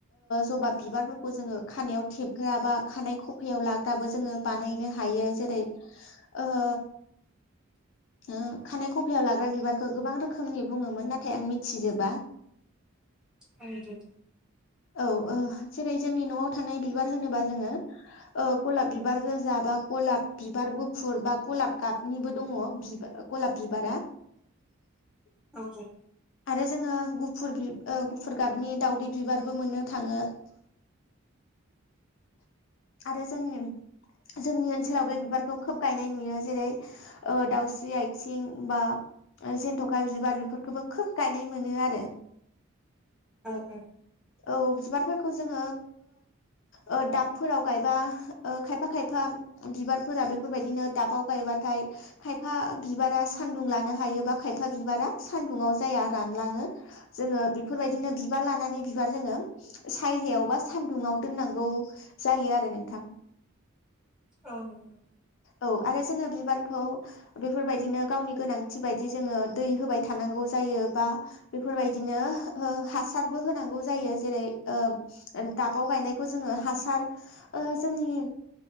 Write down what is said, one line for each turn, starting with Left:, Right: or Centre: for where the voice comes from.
Left: ज'बा बिबारफोरखौ जोङो खानायाव थेबग्रा बा खानाय खफायाव लाग्राबो जोङो बानायनो हा हायो जेरै ओ ओ खानाय खफायाव लाग्रा बिबारखौ गोबां रोखोमनि बुङोमोन नाथाय आं मिथिजोबा <unintelligible>
Centre: आे <unintelligible>
Left: औ जेरै जोंनि न'आव थानाय बिबार होनोबा जोङो गलाब बिबार गोजाबा गलाब बिबार गुफुर बा गलाब गाबनिबो दङ गलाब बिबारा <unintelligible>
Centre: औ बुं
Left: आरो जोङो गुफुर गुफुर गाबनि दावउदै बिबारबो मोननो थाङो। आरो जोंनि जोंनि ओनसोलाव बे बिबारखौ खोब गायनाय नुयो जेरै दाउस्रि आथिं बा जन्थ'खा बिबार बेफोरखौबो खोब गायनाय मोनो आरो।
Centre: औ औ।
Left: औ बिबारफोरखौ जोङो ओ दावफोराव गायबा खायफा खायफा बिबारफोरा बेफोरबायदिनो दाबाव गायबाथाय खायफा बिबारा सान्दुं लानो हायोबा खायफा बिबारा सान्दुङा जाया रानलाङो। जोङो बेफोरबायदिनो बिबार लानानै बिबार जोङो सायहायाव बा सानदुङा दोननांगौ जायो आरो नोंथां।
Centre: औ नंगौ।
Left: औ आरो जोङो बिबारखौ बेफोरबायदिनो गावनि गोनांथि बायदि जोङो दै होबाय थानांगौ जायो बा बेफोरबायदिनो हो हासारबो होनांगौ जायो जेरै उम दाबाव गायनायखौ जोङो हासार ओ जोंनि